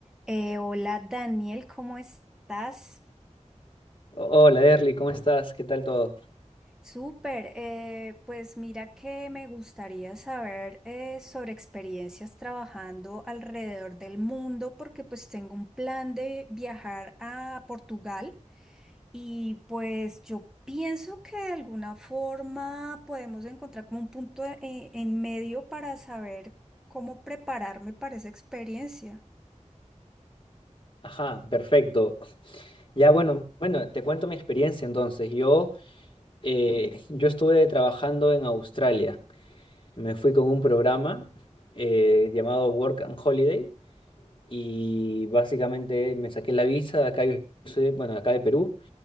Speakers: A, in the centre; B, on the left (about 40°).
A: Eh, hola Daniel, ¿cómo estás?
B: Hola, Derly, ¿cómo estás? ¿Qué tal todo?
A: Súper, eh, pues mira que me gustaría saber eh, sobre experiencias trabajando alrededor del mundo porque pues tengo un plan de viajar a Portugal y pues yo pienso que de alguna forma podemos encontrar como un punto e- en medio para saber cómo prepararme para esa experiencia.
B: Ajá, perfecto. Ya, bueno, bueno, te cuento mi experiencia entonces. Yo, eh, yo estuve trabajando en Australia. Me fui con un programa eh, llamado Work and Holiday y básicamente me saqué la visa de acá, yo soy- bueno, de acá de Perú.